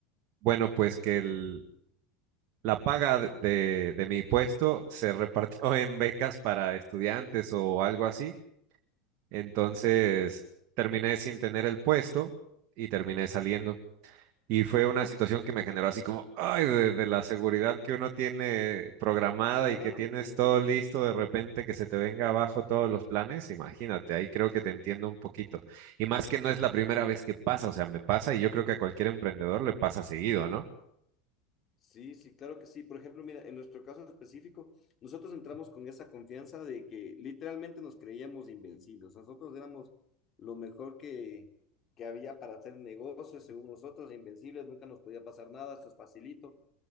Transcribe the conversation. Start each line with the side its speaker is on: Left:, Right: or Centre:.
Right: bueno, pues que el, la paga de, de- mi puesto se repartió <laughs> en becas para estudiantes o algo así. Entonces terminé sin tener el puesto y terminé saliendo. Y fue una situación que me generó así como, ay, de, de la seguridad que uno tiene programada
Left: Claro,
Right: y que tienes
Left: pues.
Right: todo listo, de repente que se te venga abajo todos los planes, imagínate, ahí creo que te entiendo un poquito. Y más que no es la primera vez que pasa, o sea, me pasa y yo creo que a cualquier emprendedor le pasa seguido, ¿no?
Left: Sí, sí, claro que sí. Por ejemplo, mira, en nuestro caso específico, nosotros entramos con esa confianza de que literalmente nos creíamos invencibles. Nosotros éramos lo mejor que, que había para hacer negocios, según nosotros, invencibles, nunca nos podía pasar nada, eso es facilito.